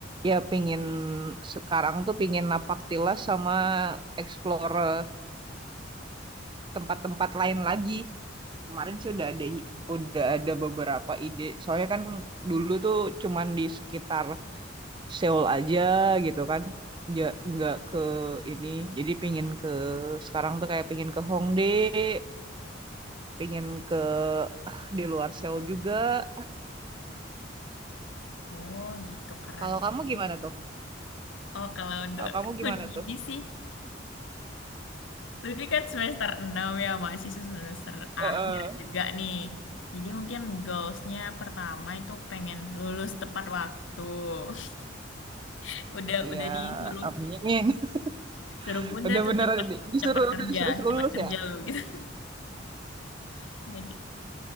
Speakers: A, on the right (about 25°); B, on the left (about 80°).
A: ya pingin sekarang tuh pingin napak tilas sama explore tempat-tempat lain lagi Kemarin sih udah ada udah ada beberapa ide. Soalnya kan dulu tuh cuman di sekitar Seoul aja gitu kan. Ja, nggak ke ini. Jadi pingin ke sekarang tuh kayak pingin ke Hongdae, pingin ke di luar Seoul juga.
B: Oh gitu, keren.
A: Kalau
B: banget.
A: kamu gimana
B: ya.
A: tuh?
B: Oh kalau untuk
A: Kalau kamu
B: tahun
A: gimana
B: ini
A: tuh?
B: sih, Lutfi kan semester 6 ya, mahasiswa semester akhir
A: Heeh.
B: juga nih. Jadi mungkin goalsnya pertama itu pengen lulus tepat waktu. <laughs> Udah
A: Iya,
B: udah disuruh
A: amin.
B: suruh
A: <laughs>
B: bunda
A: Udah
B: tuh
A: beneran
B: cepat
A: di- disuruh
B: cepat kerja,
A: udah disuruh lulus
B: cepat kerja
A: ya?
B: lu gitu. <laughs> Jadi